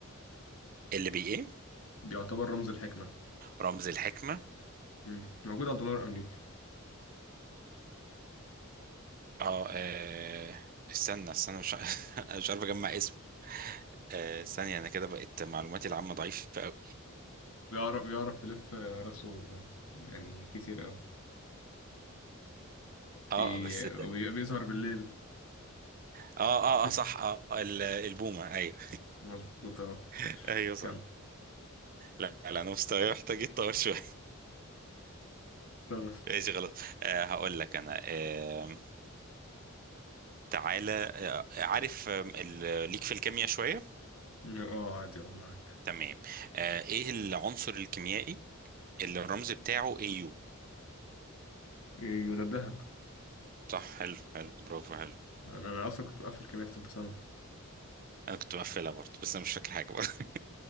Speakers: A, on the right; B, on the left.
A: اللي بي ايه
B: بيعتبر رمز الحكمة
A: رمز الحكمة
B: مم، موجود على الدولار الأمريكي
A: اه آه، استنى استنى مش <laughs> أنا مش عارف اجمع اسم آه ثانية انا كده بقت معلوماتي العامة ضعيفة قوي
B: بيعرف بيعرف يلف راسه يعني كتير قوي
A: اه
B: بي...
A: بس
B: وبي- بيظهر بالليل
A: اه اه
B: <laughs>
A: اه صح اه آه، ال- البومة ايوه
B: مظبوط اه
A: <laughs>
B: ماشي
A: ايوه صح
B: كمل
A: لا لا انا مستواي محتاج يتطور شوية
B: تمام
A: <laughs> ماشي خلاص آه هقول لك انا آه تعالى آه عارف آه ال- ليك في الكيمياء شوية
B: اه عادي اه معاك
A: تمام آه ايه العنصر الكيميائي اللي الرمز بتاعه AU
B: يبقى الذهب
A: صح حلو حلو برافو حلو
B: انا أنا اصلا كنت بقفل كيمياء في تالتة ثانوي
A: انا كنت بقفلها برضه بس انا مش فاكر حاجة برضه <laughs>